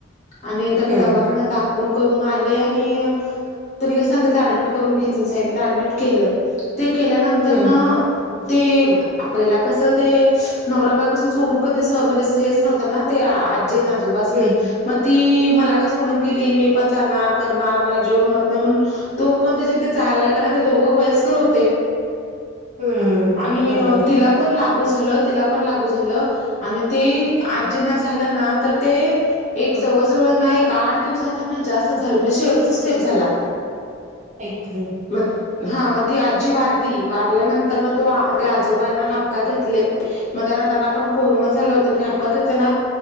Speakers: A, on the left; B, on the right.
A: आणि त्यांनी
B: हम्म
A: दवाखान्या दाखवून करून आले आणि तर नि का सांगितलं ऍडमिट करून घ्याच सा ऍडमिट केलं ते केल्यानंतर
B: हम्म
A: ना ते आपहिला कस ते नवरा बाय पासून सोडून कधी म्हणजे स हेच नव्हता ना ते आजी न आजोबासनी
B: हम्म
A: मग ती मला का सोडून गेली मी पण जाणार करणार मला जीव गमत नाही म्हणून तो पण त्याच्यात जायलाला का ना ते दोघं वयस्कर होते.
B: हम्म
A: आणि
B: बरोबर आहे
A: तिला पण लागू झालं तिला पण लागू झालं आणि त आजींना झालं ना तर ते एक जवळजवळना एक आठ दिवसातना जास्त झालं म्हणजे शेवटचा स्टेप झाला.
B: एक
A: मग हा मग ती आजी वारली वारल्यानंतर ना तो ते आजोबाांना हापका घेतले मग त्यांना आपण कोरोना झाला होता ते हका त्यांना